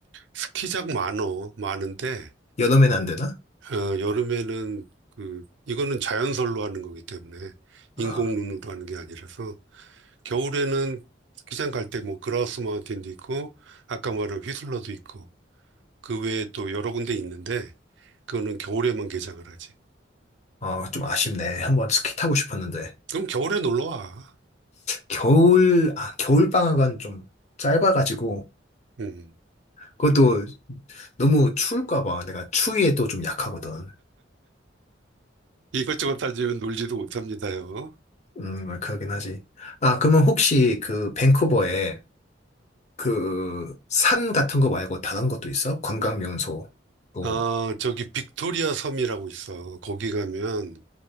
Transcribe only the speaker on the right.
스키장 많어, 많은데,
어, 여름에는 그, 이거는 자연설로 하는 거기 때문에
인공눈으로 하는 게 아니라서 겨울에는 스키장 갈 때 뭐 그라우스 마운틴도 있고 아까 말한 휘슬러도 있고 그 외에 또 여러 군데 있는데 그거는 겨울에만 개장을 하지.
그럼 겨울에 놀러 와.
음.
이것저것 따지면 놀지도 못합니다요.
아, 저기 빅토리아 섬이라고 있어. 거기 가면